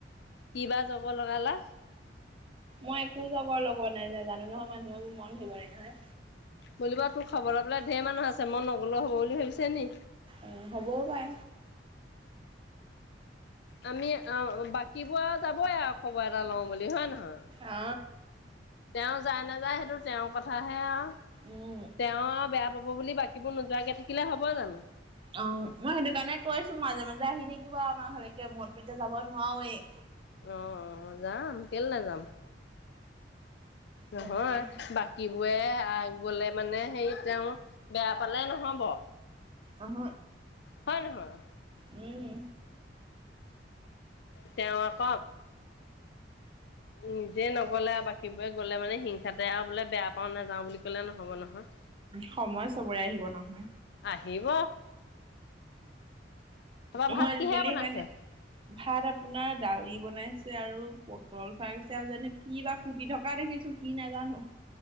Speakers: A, on the left; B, on the right.
A: কিবা জগৰ লগালা।
B: মই একো জগৰ লগোৱা নাই নাজানো নহয় মানুহৰ মন ধৰিব নোৱাৰি নহয়।
A: বোলোবা তোৰ খবৰ লবলে ঢেৰ মানুহ আছে মই নগ'লেও হ'ব বুলি ভাবিছে নি।
B: উম হ'বও পাই।
A: আমি অ বাকী বোৰ যাবই আৰু খবৰ এটা লওঁ বুলি হয় নহয়।
B: আ।
A: তেওঁ যায় নাযায় সেইটো তেওঁৰ কথাহে আৰু
B: উম
A: তেওঁ আৰু বেয়া পাব বুলি বাকী। বাকিবোৰ নোযোৱাকৈ থাকিলে হ'ব জানো।
B: অ মই সেইটো কাৰণে কৈছো মাজে মাজে আহি থাকিব আৱ আমাৰ ঘৰলকে মইতো এতিয়া যাব নোৱাৱেই
A: অ যাম কেলে নাযাম নহয়
B: তাকে
A: বা বাকিবোৰে গলে মানে সেই তেওঁ বেয়া পালে নহব
B: অহ
A: হয় নহয়
B: উম
A: তেওঁ আক নিজে নগলে আৰু বাকীবোৰে গ'লে মানে হিংসাতে আৰু বোলে বেয়া পাও নাযাও বুলি কয় কলে নহ'ব নহয়
B: সময় চবৰে আহিব ন
A: আহিব তা পা
B: মই
A: ভাত
B: আজিকালি
A: কিহে বনাইছে
B: সেইকাৰণে ভাত আপোনাৰ দালি বনাইছে আৰু পটল ভাজিছে আৰু জানো কি বা কুটি থকা দেখিছো কি নাজানো